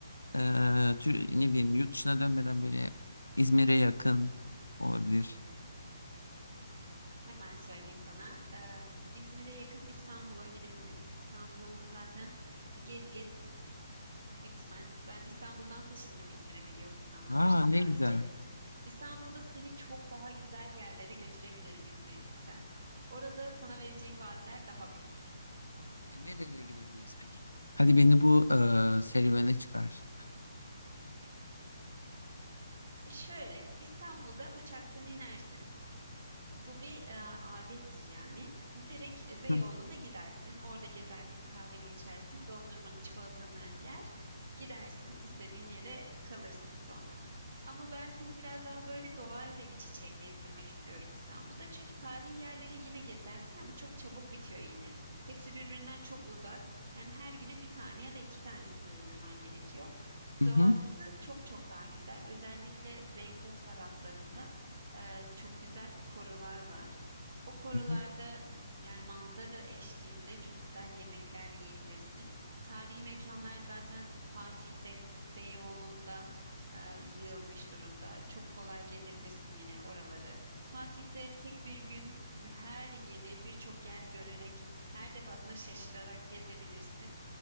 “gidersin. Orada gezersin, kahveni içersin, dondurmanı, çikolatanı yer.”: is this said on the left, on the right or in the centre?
Right